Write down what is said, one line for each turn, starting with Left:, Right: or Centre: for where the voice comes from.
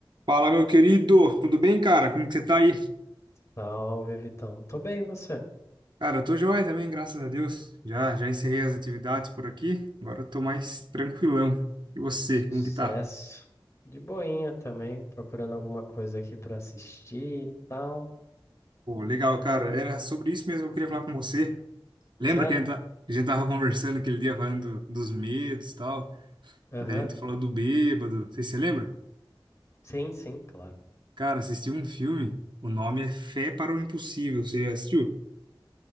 Right: Fala, meu querido, tudo bem, cara? Como que você tá aí?
Left: Salve, Vitão. Tô bem, e você?
Right: Cara, eu tô joia também, graças a Deus. Já, já encerrei as atividades por aqui, agora eu tô mais tranquilão. E você,
Left: Sucesso.
Right: como que tá?
Left: De boinha também, procurando alguma coisa aqui pra assistir e tal.
Right: Pô, legal, cara. Era sobre isso mesmo que eu queria falar com você. Lembra
Left: Sério?
Right: que a gente, tá- a gente tava conversando aquele dia falando do- dos medos e tal?
Left: Aham.
Right: Daí a gente falou do bêbado. Você se lembra?
Left: Sim, sim, claro.
Right: Cara, assisti um filme, o nome é Fé para o Impossível. Você já assistiu?